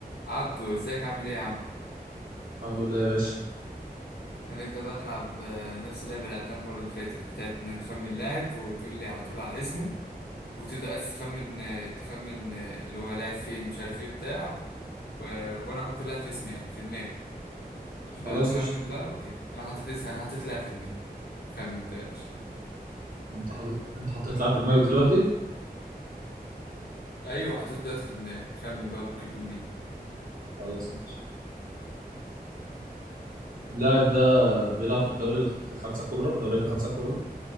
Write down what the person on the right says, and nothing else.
الحمد لله يا باشا
خلاص قشطة
انت حاطط انت حطيت لاعب في دماغك دلوقتي
خلاص ماشي اللاعب ده بيلعب في الدوري الخمسة الكبرى الدوريات الخمسة الكبرى